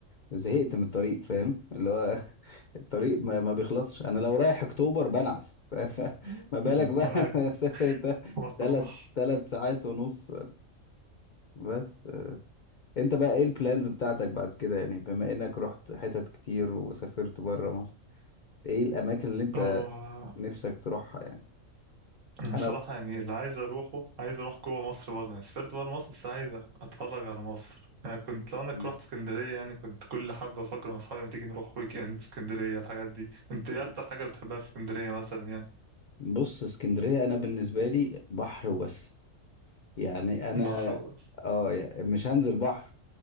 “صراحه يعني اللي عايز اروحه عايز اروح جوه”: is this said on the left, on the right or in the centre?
Right